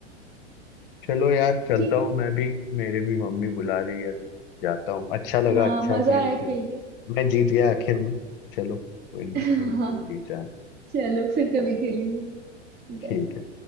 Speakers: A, on the left; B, on the right.
A: चलो यार चलता
B: ठीक
A: हूँ
B: है
A: मैं भी मेरे भी मम्मी बुला रही है जाता हूँ अच्छा लगा
B: हाँ
A: अच्छा
B: मजा
A: गेम
B: आया
A: खेल
B: खेल के
A: मैं जीत गया आखिर में चलो कोई नहीं
B: <laughs>
A: अभी
B: हाँ
A: तुम जीत जाना
B: चलो फिर कभी खेलेंगे
A: ठीक
B: बाय
A: है